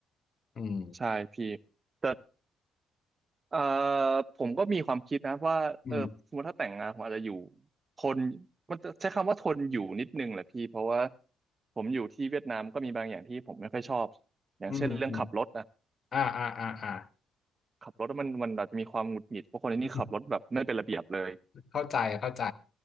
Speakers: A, on the left (about 50°); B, on the right (about 35°).
A: อืม
B: ใช่พี่แต่เอ่อผมก็มีความคิดนะว่าเออสมมติถ้าแต่งงานผมอาจจะอยู่
A: อืม
B: ทนมันจะใช้คำว่าทนอยู่นิดนึงแหละพี่เพราะว่าผมอยู่ที่เวียดนามก็มีบางอย่างที่ผมไม่ค่อยชอบอย่างเช่นเรื่องขับรถนะ
A: อืมอืมอ่าอ่าอ่าอ่า
B: ขับรถมันมันอาจจะมีความหงุดหงิดเพราะคนที่นี่ขับรถแบบไม่เป็นระเบียบเลย
A: <laughs> เข้าใจเข้าใจ